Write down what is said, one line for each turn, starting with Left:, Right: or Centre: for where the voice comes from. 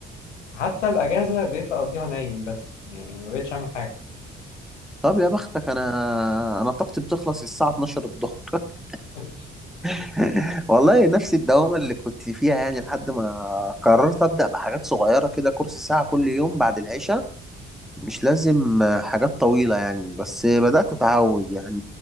Left: حتى الأجازة بقيت أقضيها نايم بس يعني ما بقتش أعمل حاجة
Centre: طب يا بختك أنا أنا طاقتي بتخلص الساعة 12 الظهر <laughs>
Left: <laughs>
Centre: <laughs> والله نفس الدوامة اللي كنت فيها يعني لحد ما قررت أبدأ بحاجات صغيرة كده كورس ساعة كل يوم بعد العشاء مش لازم حاجات طويلة يعني بس بدأت أتعود يعني